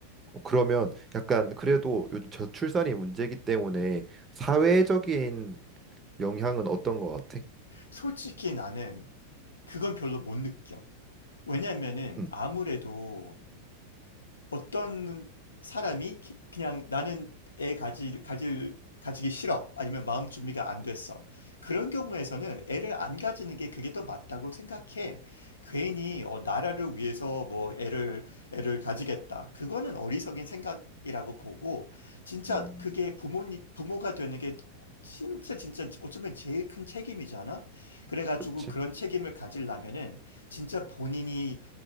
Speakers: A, on the right (about 20°); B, on the left (about 75°).
A: 어, 그러면 약간 그래도 요즘 저출산이 문제이기 때문에 사회적인 영향은 어떤 거 같아?
B: 솔직히 나는 그건 별로 못 느껴. 왜냐면은
A: 응,
B: 아무래도 어떤 사람이 기- 그냥 나는 애 가질, 가질, 가지기 싫어. 아니면 마음 준비가 안 됐어. 그런 경우에서는 애를 안 가지는 게 그게 더 맞다고 생각해. 괜히 어, 나라를 위해서 뭐 애를, 애를 가지겠다. 그거는 어리석인 생각이라고 보고, 진짜
A: 음,
B: 그게 부모님, 부모가 되는 게 진짜 진짜 어쩌면 제일 큰 책임이잖아? 그래가지고
A: 그치.
B: 그런 책임을 가지려면은 진짜 본인이